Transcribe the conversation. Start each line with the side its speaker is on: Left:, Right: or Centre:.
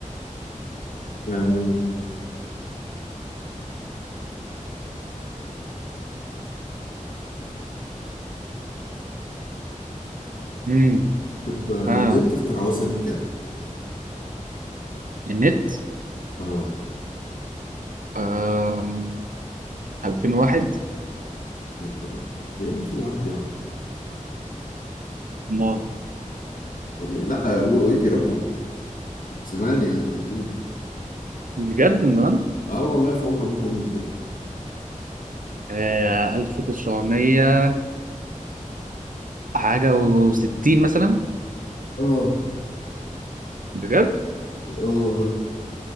Left: آه،
Right: امم
Left: طب النت
Right: ها
Left: اخترعوه سنة كام؟
Right: النت
Left: اه
Right: آه 2001
Left: طبعا في 2001 يعني
Right: ما
Left: يعني لا ودي رقم زمان يعني قديم
Right: بجد من زمان
Left: اه والله في عمر ابوك وامك كده
Right: آه 1900 حاجة وستين مثلا
Left: اه
Right: بجد
Left: اه والله